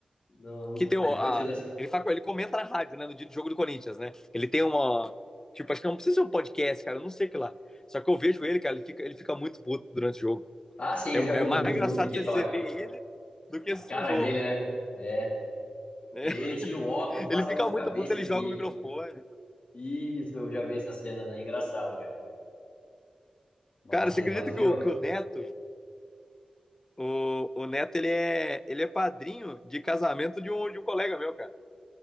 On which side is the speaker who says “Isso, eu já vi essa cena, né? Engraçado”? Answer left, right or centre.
Left